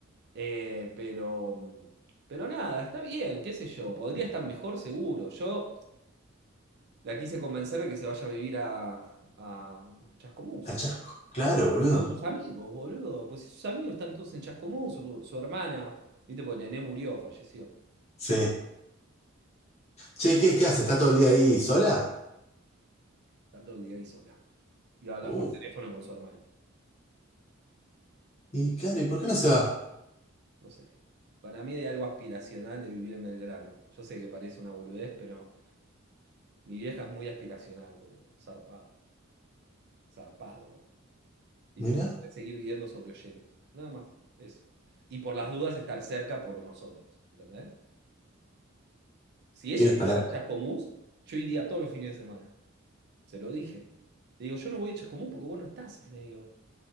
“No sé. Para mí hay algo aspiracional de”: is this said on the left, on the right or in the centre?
Right